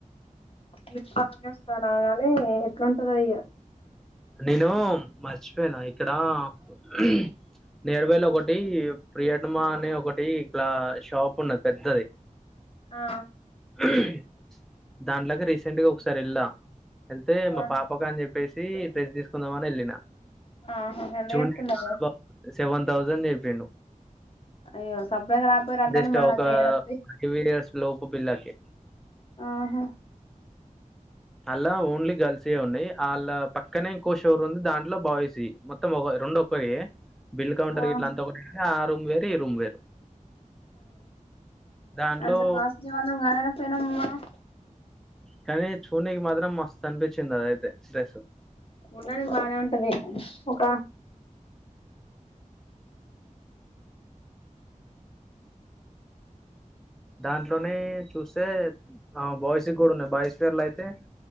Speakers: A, on the left; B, in the centre.
A: <unintelligible> తెస్తాను కానీ అట్లుంటదయ్య
B: నేను మా మాచు అంతేనా ఇక్కడ ఆపు ఉహుమ్ నేర్వైల్ ఒకటి ప్రియతమా అనే ఒకటి ఇట్లా షాప్ ఉన్నది పెద్దది
A: ఆ
B: ఉమ్మ్ దాంట్లకి రీసెంట్ గా ఒకసారి వేళ్ళా వెళ్తే మా
A: ఆ
B: పాపకుఅని చెప్పి ప్పేసి ప్రైస్ తీసుకుందామని వెళ్ళిన
A: ఆహా మళ్ళీ
B: జూనియర్
A: ఏం తిన్నారు
B: సెవెన్ తౌసండ్ జెప్పిన్ను
A: అయ్యో సప్పుడేక రాపోయారు అట్లాంటి
B: జస్ట్
A: మన
B: ఒక
A: దగ్గర ఏడొస్తాయి
B: ఫైవ్ ఇయర్స్ లోపు పిల్లకి
A: ఆహా
B: అల్లా ఓన్లీ గర్ల్స్ యే ఉన్నాయ్ వాళ్ళ పక్కనే ఇంకో షోర్ ఉంది దాంట్లో బాయ్స్వి మొత్తం ఒక రెండు ఒక్కరియే బిల్ కౌంటర్
A: ఆహా
B: ఇట్లా అంతా ఒకటి ఆ రూమ్ వేరు ఈ రూమ్ వేరు దాంట్లో
A: అంత కాస్ట్లీ వాళ్ళం కాదనిపోయినాం మనం
B: కానీ చూడ్నికి మాత్రం మస్తు అనిపించింది అదైతే స్రురేష
A: ఉండనీకి బానే ఉంటది ఒక
B: దాంట్లోనే చూస్తే హా బాయ్స్ కి కూడా ఉన్నాయి బాయ్స్ చీర్లయితే